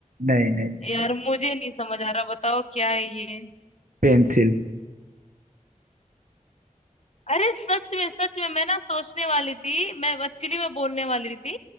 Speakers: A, on the right; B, on the left.
A: नहीं नहीं नहीं
B: यार मुझे नहीं समझ आ रहा बताओ क्या है ये
A: पेंसिल
B: अरे सच में सच में मैं ना सोचने वाली थी मैं एक्चुअली मैं बोलने वाली थी